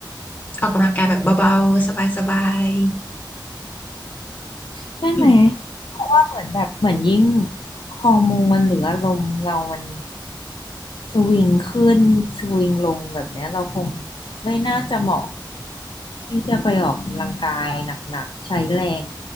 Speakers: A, on the left; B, on the left.
A: ออกกำลังกายแบบเบาๆสบายๆอืม
B: ใช่ไหม เพราะว่าเหมือนแบบเหมือนยิ่งฮอร์โมนหรืออารมณ์เรามันสวิงขึ้นสวิงลงแบบเนี้ยเราคงไม่น่าจะเหมาะที่จะไปออกกำลังกายหนักๆใช้แรง